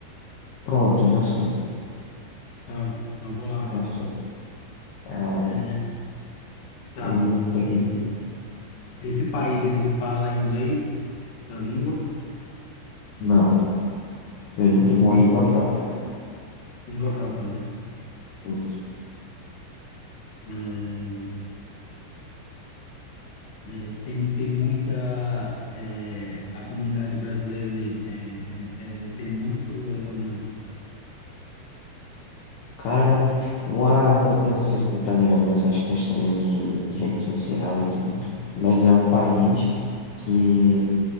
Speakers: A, on the left; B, on the left.
A: pronto, já sei,
B: Tá, então vou lá.
A: já sei. É,
B: É, tá.
A: ele tem.
B: Esse, esse país, ele fala inglês, a língua,
A: Não, ele
B: português,
A: tem uma língua própria.
B: língua própria, né?
A: Isso.
B: É, é, tem, tem muita. é, a comunidade brasileira nele é, é- é, tem muito ou ou não?
A: Cara, uma coisa, eu não sei se tu tá ligado nessas questões de, de rede social e tudo, mas é um país que